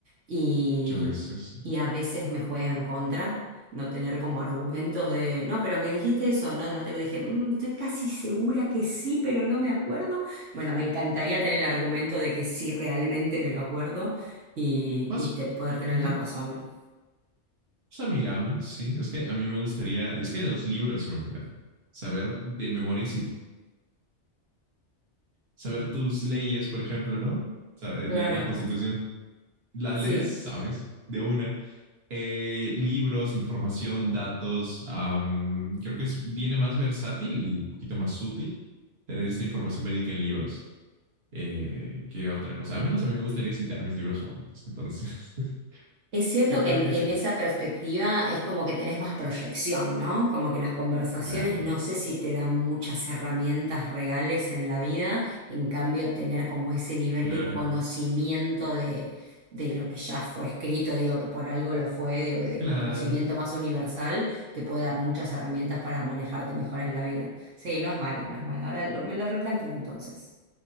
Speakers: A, on the right; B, on the right.
A: y,
B: Yo es ese.
A: y a veces me juega en contra no tener como argumentos de, no, pero me dijiste eso, no, no te lo dije, "Mm, estoy casi segura que sí, pero no me acuerdo. Bueno, me encantaría tener el argumento de que sí realmente me lo acuerdo y,
B: Más,
A: y te- poder tener
B: mm,
A: la razón.
B: más amigable, sí. Es que a mí me gustaría... Es que los libros, imagínate. Saber de memoria y si- saber tus leyes, por ejemplo, ¿no? Saber-
A: Claro,
B: leer la constitución. las
A: sí.
B: lees, sabes, de una. Eh, libros, información, datos. am, creo que es, viene más versátil y un poquito más útil tener esta información verídica en libros. eh, que otra cosa. A menos a mí me gustaría citar mis libros favoritos. Entonces, <laughs>
A: Es cierto
B: yo
A: que
B: creo
A: en,
B: que
A: en
B: sí.
A: esa perspectiva es como que tenés más proyección, ¿no? Como que las conversaciones
B: Claro,
A: no sé si te dan muchas herramientas reales en la vida, en cambio tener como ese nivel
B: claro,
A: de conocimiento de, de lo que ya fue escrito, digo que por algo lo fue, digo, de
B: claro.
A: conocimiento más universal, te puede dar muchas herramientas para manejarte mejor en la vida. Sí, no es mala, no es mala. Ahora lo- me lo replanteo entonces.